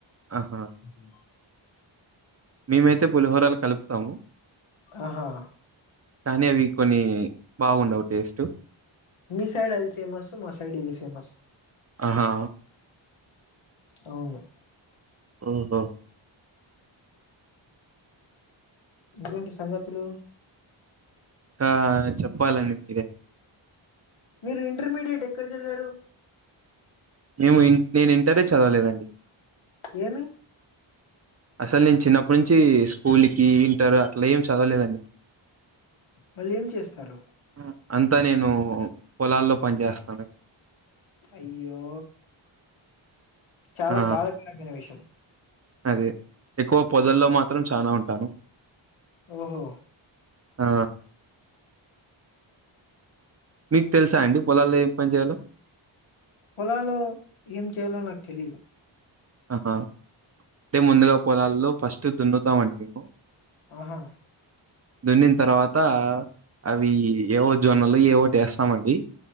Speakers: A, on the right (about 30°); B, on the left (about 85°).
A: ఆహా
B: ఉహు.
A: మేమైతే పులిహోరాలు కలుప్. తాము.
B: ఆహా
A: కానీ అవి కొన్ని. బాగుండవు టేస్ట్.
B: మీ సైడ్ అది ఫేమస్, మా సైడ్ ఇది ఫేమస్.
A: ఆహా
B: అవును.
A: ఆహా.
B: ఇంగేంటి సంగతులు? !
A: ఆ చెప్పాలండి మీరే.
B: మీరు ఇంటర్మీడియట్ ఎక్కడ చదివారు?
A: మేము ఇన్ నేను ఇంటరే చదవలేదండి. !
B: ఏమి.?
A: అసలు నేను చిన్నప్పటి నుంచి స్కూలిక్కీ, ఇంటర్, అట్లా ఏం చదవలేదండి.
B: మళ్ళీ ఏం చేస్తారు?
A: ఆ! అంతా నేను పొలాల్లో పని జేస్తాను.
B: అయ్యో, చాలా
A: ఆ
B: బాధకరమైన విషం
A: అదే ఎక్కువ పొదల్లో మాత్రం చానా ఉంటాను.
B: ఓహో!
A: ఆ. మీక్ తెలుసా అండి పొలాల్లో ఏం పని జేయాలో?
B: పొలాల్లో ఏం చేయాలో నాక్ తెలీదు.
A: ఆహా. ! అంటే ముందుగా పొలాల్లో ఫస్ట్ దున్నుతామండి మేము.
B: ఆహా
A: దున్నిన తర్వాత అవి ఏవో జొన్నలు ఏవోట వేస్తామండి